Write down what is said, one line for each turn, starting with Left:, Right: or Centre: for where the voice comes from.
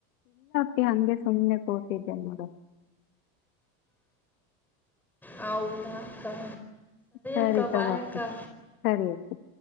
Left: ಗೆ ಹಂಗೆ ಸುಮ್ನೆ ಕುತಿದ್ದೆ ನೋಡು.
Centre: ಹೌದಾ ಅಕ್ಕ.
Left: ಸರಿ
Centre: ಅಕ್ಕ
Left: ತಗೋ
Centre: ಬಾಯ್
Left: ಅಪ್ಪಿ
Centre: ಅಕ್ಕ
Left: ಸರಿ ಅಪ್ಪಿ.